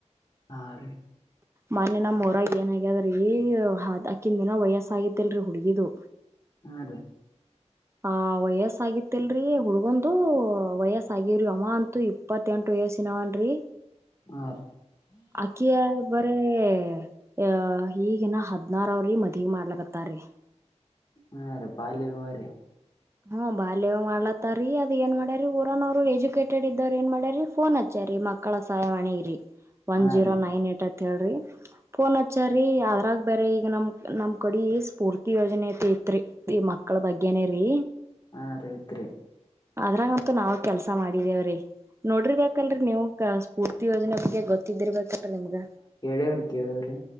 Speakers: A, on the left (about 35°); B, on the right (about 20°).
A: ಹಾ ರಿ
B: ಮೊನ್ನೇ ನಮ್ಮ ಊರಾಗ ಏನ ಆಗ್ಯದ್ರೀ್ ಅಕಿದಿನ್ನ ವಯಸ್ಸ ಆಗಿತಿಲ್ರಿ ಹುಡ್ಗಿದು
A: ಹಾ ರೀ
B: ಆ ವಯಸ್ಸ ಆಗಿತಿಲ್ರಿ ಹುಡ್ಗಂದು ವಯಸ್ ಆಗ್ರಿ ಅವ ಅಂತೂ ಇ ಇಪ್ಪತ್ತೆಂಟು ವಯಸ್ಸಿನವನ್ ರಿ
A: ಹಾ ರೀ
B: ಅಕ್ಕಿಯ ಬ ಅಂದ್ರೆ ಅ ಈಗಿನ ಹದ್ನಾರ ಅವ್ರಿ ಮದವಿ ಮಾಡ್ಲಕತ್ತಾರಿೀ
A: ಹಾ ರಿ ಬಾಲ್ಯ ವಿವಾಹ ರಿ
B: ಹ್ಮ್ ಬಾಲ್ಯ ವಿವಾಹ ಮಾಡ್ಲತ್ತಾರಿೀ ಅದ ಏನ್ ಮಾಡ್ಯಾರಿ ಊರನೋರು ಎಜುಕೇಟೆಡ್ ಇದ್ದಾರ ಏನ್ ಮಾಡ್ಯಾರಿ ಫೋನ್ ಹಚ್ಚಾರಿ ಮಕ್ಕಳ ಸಹಾಯವಣಿಗ್ರಿ ಒನ್
A: ಹಾ
B: ಜೀರೋ
A: ರೀ
B: ನೈನ್ ಏಟ್ ಅತ್ ಹೇಳ್ರಿ ಫೋನ್ ಹಚ್ಚಾರೀ ಅದ್ರಾಗ ಬೇರೆ ಈಗ ನಮ್ ನಮ್ ಕಡಿ ಸ್ಫೂರ್ತಿ ಯೋಜನೆ ಐತಿ ಇತ್ರಿ ಈ ಮಕ್ಕಳ ಬಗ್ಗೆನೇ ರೀ
A: ಹಾಂ ರಿ ಇತ್ರಿ
B: ಅದ್ರಂಗಂತೂ ನಾವು ಕೆಲ್ಸ ಮಾಡಿದೇವ್ರೀ ನೋಡರ್ಬೇಕಲ್ರಿ ನೀವು ಕ ಸ್ಫೂರ್ತಿ ಯೋಜನೆ ಬಗ್ಗೆ ಗೊತ್ತಿದ್ದಿರ್ಬೇಕಲ್ರಿೀ ನಿಮ್ಗ
A: ಹೇಳ್ರಿ ಕೇಳೋನ್ರಿ